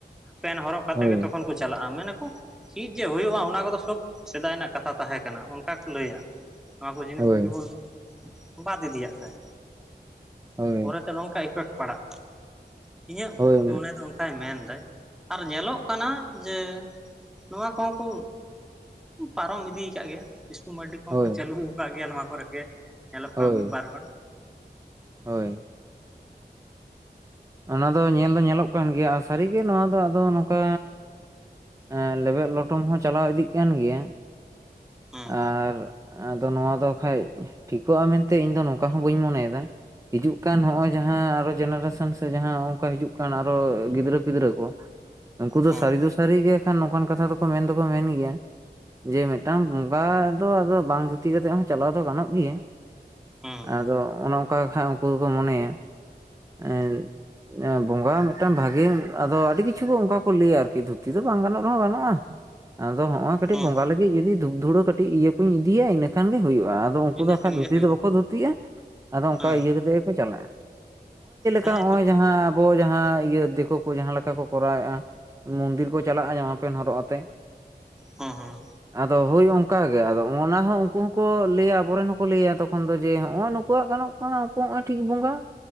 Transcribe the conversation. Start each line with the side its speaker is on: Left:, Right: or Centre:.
Centre: ᱯᱮᱱ ᱦᱚᱨᱚᱜ ᱠᱟᱛᱮᱫ
Right: ᱦᱳᱭ
Centre: ᱜᱮ ᱛᱚᱠᱷᱚᱱ ᱠᱚ ᱪᱟᱞᱟᱜᱼᱟ, ᱢᱮᱱᱟᱠᱚ ᱪᱮᱫ ᱡᱮ ᱦᱩᱭᱩᱜᱼᱟ ᱚᱱᱟ ᱠᱚᱫᱚ ᱥᱳᱵ ᱥᱮᱫᱟᱭ ᱨᱮᱱᱟᱜ ᱠᱟᱛᱷᱟ ᱛᱟᱦᱮᱸ ᱠᱟᱱᱟ ᱚᱱᱠᱟ ᱠᱚ ᱞᱟᱹᱭᱟ᱾ ᱱᱚᱣᱟ ᱠᱚ ᱡᱤᱱᱤᱥ
Right: ᱦᱳᱭ
Centre: ᱡᱩᱫᱤ ᱵᱚᱱ ᱵᱟᱫ ᱤᱫᱤᱭᱟᱜ ᱠᱷᱟᱡ᱾
Right: ᱦᱳᱭ
Centre: ᱯᱚᱨᱮᱛᱮ ᱱᱚᱝᱠᱟ ᱤᱯᱷᱮᱠᱴ ᱯᱟᱲᱟᱜᱼᱟ ᱤᱧᱟᱹᱜ
Right: ᱦᱳᱭ
Centre: ᱢᱚᱱᱮ ᱫᱚ ᱚᱝᱠᱟᱭ ᱢᱮᱱᱫᱟᱭ᱾ ᱟᱨ ᱧᱮᱞᱚᱜ ᱠᱟᱱᱟ ᱡᱮ ᱱᱚᱣᱟ ᱠᱚᱦᱚᱸ ᱠᱩ ᱯᱟᱨᱚᱢ ᱤᱫᱤ ᱠᱟᱜ ᱜᱮᱭᱟ ᱠᱤᱥᱠᱩ ᱢᱟᱨᱰᱤ ᱠᱚᱦᱚᱸ
Right: ᱦᱳᱭ
Centre: ᱠᱚ ᱪᱟᱹᱞᱩ ᱟᱠᱟᱫ ᱜᱮᱭᱟ ᱱᱚᱣᱟ ᱠᱚᱨᱮ ᱜᱮ ᱧᱮᱞᱚᱜ
Right: ᱦᱳᱭ
Centre: ᱠᱟᱱᱟ ᱢᱤᱫ ᱵᱟᱨ ᱦᱚᱲ᱾
Right: ᱦᱳᱭ᱾ ᱚᱱᱟ ᱫᱚ ᱧᱮᱞ ᱫᱚ ᱧᱮᱞᱚᱜ ᱠᱟᱱ ᱜᱮᱭᱟ ᱥᱟᱹᱨᱤᱜᱮ ᱱᱚᱣᱟ ᱫᱚ ᱟᱫᱚ ᱱᱚᱝᱠᱟ? ᱮᱸ ᱞᱮᱵᱮᱫ ᱞᱚᱴᱚᱢ ᱦᱚᱸ ᱪᱟᱞᱟᱣ ᱤᱫᱤᱜ ᱠᱟᱱ ᱜᱮᱭᱟ
Centre: ᱦᱩᱸ
Right: ᱟᱨ ᱟᱫᱚ ᱱᱚᱣᱟ ᱫᱚ ᱠᱷᱟᱱᱡ ᱴᱷᱤᱠᱚᱜᱼᱟ ᱢᱮᱱᱛᱮ ᱤᱧ ᱫᱚ ᱱᱚᱝᱠᱟ ᱦᱚᱸ ᱵᱟᱹᱧ ᱢᱚᱱᱮᱭᱮᱫᱟ᱾ ᱦᱤᱡᱩᱜ ᱠᱟᱱ ᱦᱚᱸᱜᱼᱚᱭ ᱡᱟᱦᱟᱸ ᱟᱨᱚ ᱡᱮᱱᱟᱨᱮᱥᱚᱱ ᱡᱟᱦᱟᱸ ᱚᱱᱠᱟ ᱦᱤᱡᱩᱜ ᱠᱟᱱ ᱟᱨᱚ ᱜᱤᱫᱽᱨᱟᱹ ᱯᱤᱫᱽᱨᱟᱹ ᱠᱚ ᱩᱱᱠᱩ ᱫᱚ
Centre: ᱦᱩᱸ
Right: ᱥᱟ ᱥᱟᱹᱨᱤ ᱜᱮ ᱠᱷᱟᱱ ᱱᱚᱠᱟᱱ ᱠᱟᱛᱷᱟ ᱫᱚᱠᱚ ᱢᱮᱱ ᱫᱚᱠᱚ ᱢᱮᱱ ᱜᱮᱭᱟ ᱡᱮ ᱢᱤᱫᱴᱟᱝ ᱵᱚᱸᱜᱟ ᱫᱚ ᱟᱫᱚ ᱵᱟᱝ ᱫᱷᱩᱛᱤ ᱠᱟᱛᱮᱜ ᱦᱚᱸ ᱪᱟᱞᱟᱣ ᱫᱚ ᱜᱟᱱᱚᱜ ᱜᱮᱭᱟ,
Centre: ᱦᱩᱸ
Right: ᱟᱫᱚ ᱚᱱᱮ ᱚᱱᱠᱟ ᱠᱷᱟᱡ ᱩᱱᱠᱩ ᱫᱚᱠᱚ ᱢᱚᱱᱮᱭᱟ ᱮᱸ ᱵᱚᱸᱜᱟ ᱢᱤᱫᱴᱟᱝ ᱵᱷᱟᱜᱮ ᱟᱫᱚ ᱟᱹᱰᱤ ᱠᱤᱪᱷᱩ ᱚᱱᱠᱟ ᱠᱚ ᱞᱟᱹᱭᱟ ᱟᱨᱠᱤ ᱫᱷᱩᱛᱤ ᱫᱚ ᱵᱟᱝ ᱜᱟᱱᱚᱜ ᱨᱮᱦᱚᱸ ᱜᱟᱱᱚᱜᱼᱟ᱾ ᱟᱫᱚ ᱦᱚᱸᱜᱼᱚᱭ ᱠᱟᱹᱴᱤᱡ
Centre: ᱦᱩᱸ
Right: ᱵᱚᱸᱜᱟ ᱞᱟᱹᱜᱤᱫ ᱡᱩᱫᱤ ᱫᱷᱩᱯ ᱫᱷᱩᱲᱟᱹ ᱠᱟᱹᱴᱤᱡ ᱤᱭᱟᱹ ᱠᱚᱧ ᱤᱫᱤᱭᱟ ᱤᱱᱟᱹ ᱠᱷᱟᱱ ᱜᱮ ᱦᱩᱭᱩᱜᱼᱟ᱾ ᱟᱫᱚ ᱩᱱᱠᱩ
Centre: ᱤᱱᱟᱹ
Right: ᱫᱚ ᱦᱟᱠᱷᱟᱡ
Centre: ᱠᱷᱟᱱ
Right: ᱫᱷᱩᱛᱤ
Centre: ᱜᱮ ᱦᱩᱭᱩᱜᱼᱟ
Right: ᱫᱚ ᱵᱟᱠᱚ ᱫᱷᱩᱛᱤᱜᱼᱟ ᱟᱫᱚ ᱚᱱᱠᱟ
Centre: ᱦᱮᱸ
Right: ᱤᱭᱟᱹ ᱠᱟᱛᱮ ᱜᱮᱠᱚ ᱪᱟᱞᱟᱜᱼᱟ᱾
Centre: ᱦᱮᱸ
Right: ᱦᱚᱜᱼᱚᱭ
Centre: ᱛᱚᱠᱷᱚᱱ
Right: ᱡᱟᱦᱟᱸ ᱟᱵᱚ ᱡᱟᱦᱟᱸ ᱤᱭᱟᱹ ᱫᱤᱠᱩ ᱠᱚ ᱡᱟᱦᱟᱸ ᱞᱮᱠᱟ ᱠᱚ ᱠᱚᱨᱟᱣᱮᱫᱼᱟ ᱢᱚᱱᱫᱤᱨ ᱠᱚ ᱪᱟᱞᱟᱜᱼᱟ ᱡᱟᱢᱟ ᱯᱮᱱ ᱦᱚᱨᱚᱜ ᱟᱛᱮ᱾
Centre: ᱦᱮᱸ ᱦᱮᱸ
Right: ᱟᱫᱚ ᱦᱳᱭ ᱚᱱᱠᱟ ᱜᱮ ᱟᱫᱚ ᱚᱱᱟ ᱦᱚᱸ ᱩᱱᱠᱩ ᱦᱚᱸᱠᱚ ᱞᱟᱹᱭᱟ ᱟᱵᱚᱨᱮᱱ ᱦᱚᱸᱠᱚ ᱞᱟᱹᱭᱟ ᱛᱚᱠᱷᱚᱱ ᱫᱚ ᱡᱮ ᱦᱚᱜᱼᱚᱭ ᱱᱩᱠᱩᱣᱟᱜ ᱜᱟᱱᱚᱜ <inaudible> ᱴᱷᱤᱠ ᱵᱚᱸᱜᱟ